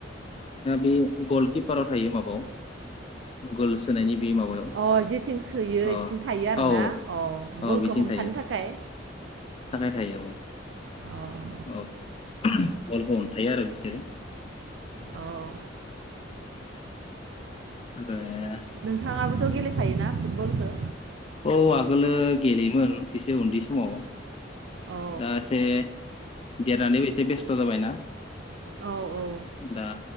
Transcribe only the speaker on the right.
अ जेथिं सोयो बेथिं
थायो आरोना
अ
बलखौ
हमथानो
थाखाय?
अ
अह
नोंथांङाबोथ' गेलेखायोना फुटबलखौ?
औ
औ औ